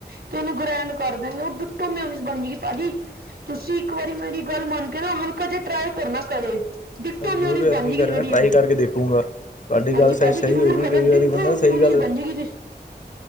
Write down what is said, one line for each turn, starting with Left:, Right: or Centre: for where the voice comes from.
Right: ਤੇ ਉਹਨੂੰ ਗ੍ਰੈਂਡ ਕਰ ਦੇਆਂਗੇ ਉਹ ਡਿੱਟੋ ਮਿਓਨਿਸ ਬਨ ਜਾਏਗੀ ਭਾਜੀ ਤੁਸੀਂ ਇੱਕ ਵਾਰੀ ਮੇਰੀ ਗੱਲ ਮੰਨ ਕੇ ਨਾ ਹਲਕਾ ਜਿਹਾ ਟਰਾਈ ਕਰਨਾ ਕਰੇ ਡਿੱਟੋ
Left: ਬਸ ਜ਼ਰੂਰ
Right: ਮਿਊਨੀਸ
Left: ਐਦਕੀ
Right: ਬਣ ਜੇਗੀ
Left: ਕਰ ਰਹੇ
Right: ਰੇੜੀ
Left: ਹ ਟਰਾਈ
Right: ਵਾਲੀ
Left: ਕਰਕੇ ਦੇਖੂੰਗਾ ਤੁਹਾਡੀ
Right: ਹਾਂਜੀ
Left: ਗੱਲ ਸੇਦ
Right: ਭਾਜੀ
Left: ਸਹੀ
Right: ਜਰੂਰ
Left: ਹੋਏਗੀ
Right: ਕਰਨਾ
Left: ਕਈ ਵਾਰੀ
Right: ਡਿੱਟੋ
Left: ਬੰਦਾ
Right: ਮਿਊਨੀਸ
Left: ਸਹੀ ਗੱਲ
Right: ਬਣ ਜੇਗੀ ਜੀ।